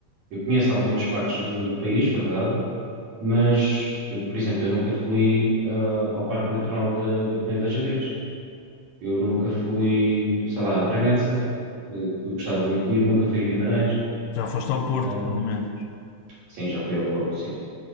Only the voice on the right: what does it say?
Eu conheço algumas partes do, do país, verdade, Mas, eu, por exemplo, eu nunca fui ah, ao Parque Natural da, da Peneda da Gerês. Eu nunca fui, sei lá, a Bragança, eh, que gostava muito de ir. Nunca fui a Guimarães.
Ah,
sim, já fui ao Porto, sim.